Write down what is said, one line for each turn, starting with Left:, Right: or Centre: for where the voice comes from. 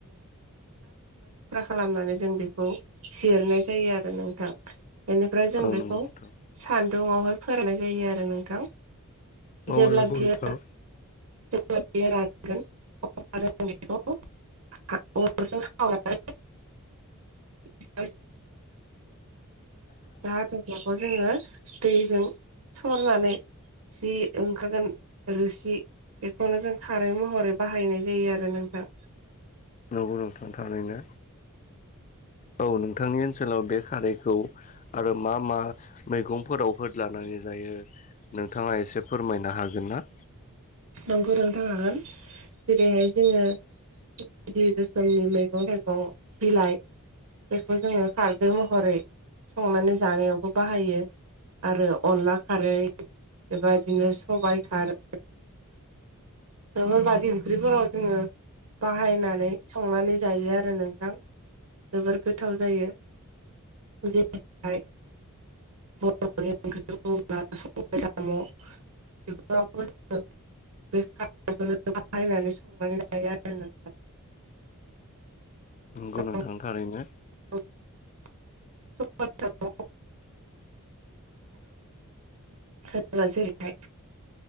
Right: <unintelligible> खालामनानै जों बेखौ जिरनाय जायो आरो नोंथां बेनिफ्राय जों
Left: औ
Right: बेखौ
Left: नंगौ नोंथां
Right: सान्दुंआवहाय फोराननाय जायो आरो नोंथां
Left: औ
Right: जेब्ला
Left: नंगौ
Right: बियो
Left: नोंथां
Right: जेब्ला बियो रानगोन अब्ला जों बिखौ अरजों सावनानै <unintelligible> <unintelligible> हाथुफ्लाखौ जोङो दैजों सरनानै जि ओंखारगोन रोसि बेखौनो जों खारै महरै बाहायनाय जायो आरो नोंथां
Left: नंगौ नोंथां थारैनो औ नोंथांनि ओनसोलाव बे खारैखौ आरो मा मा मैगंफोराव होदलानानै जायो नोंथाङा एसे फोरमायनो हागोन ना
Right: नंगौ नोंथां हागोन जेरैहाय जोङो बायदि रोखोमनि मैगं थाइगं बिलाइ बेखौ जोङो खारदै महरै संनानै जानायावबो बाहायो आरो अनला खारै बेबादिनो सबाइ खारै बेफोर बादि ओंख्रिफोराव जोङो बाहायनानै संनानै जायो आरो नोंथां जोबोर गोथाव जायो फुजिबाय बरनि ओंख्रि बुङोब्ला सबाइ सम बेफोरावबो जोङो बे खारैखौबो बाहायनानै संनानै लायो आरो नों
Left: नंगौ
Right: <inaudible>
Left: नोंथां थारैनो
Right: <unintelligible> हो ला जेरैहाय